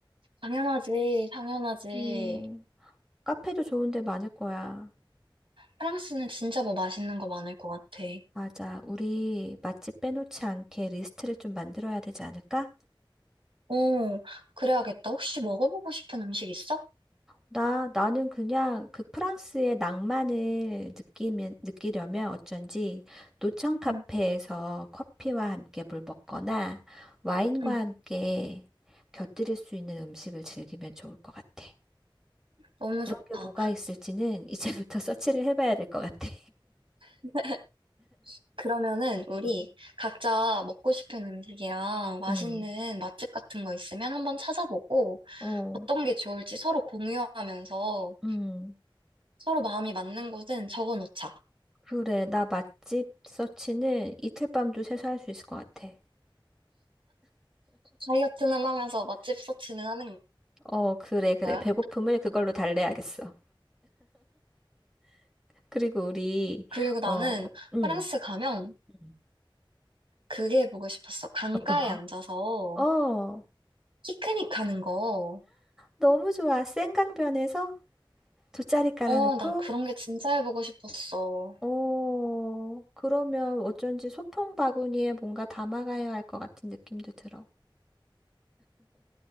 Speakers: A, on the right; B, in the centre.
A: 당연하지. 당연하지.
B: 예. 카페도 좋은데 많을 거야.
A: 프랑스는 진짜 뭐 맛있는 거 많을 것 같아.
B: 맞아. 우리 맛집 빼놓지 않게 리스트를 좀 만들어야 되지 않을까?
A: 오, 그래야겠다. 혹시 먹어보고 싶은 음식 있어?
B: 나, 나는 그냥 그 프랑스의 낭만을 느끼면, 느끼려면 어쩐지 노천 카페에서
A: 응.
B: 커피와 함께 물 먹거나 와인과
A: 응,
B: 함께 곁들일 수 있는 음식을 즐기면 좋을 것 같아.
A: 너무
B: 그런
A: 좋다.
B: 게 뭐가 있을지는 이제부터 <laughs> 서치를 해봐야 될 것 같아.
A: <laughs> 그러면은 우리
B: 음.
A: 각자 먹고 싶은 음식이랑 맛있는
B: 음.
A: 맛집 같은 거 있으면 한번 찾아보고
B: 어.
A: 어떤 게 좋을지 서로 공유하면서
B: 음.
A: 서로 마음이 맞는 곳은 적어 놓자.
B: 그래, 나 맛집 서치는 이틀 밤도 새서 할 수 있을 것 같아.
A: 다이어트는 하면서 맛집 서치는 하는
B: 어, 그래, 그래.
A: 거야.
B: 배고픔을 그걸로 달래야겠어. 그리고 우리,
A: 그리고 나는
B: 어, 음,
A: 프랑스 가면
B: 음.
A: 그게 보고 싶었어. 강가에
B: 어떤 거?
A: 앉아서
B: 어,
A: 피크닉 하는 거.
B: 너무 좋아. 센강변에서 돗자리 깔아놓고,
A: 어, 나 그런 게 진짜 해보고 싶었어.
B: 어, 그러면 어쩐지 소풍 바구니에 뭔가 담아가야 할 것 같은 느낌도 들어.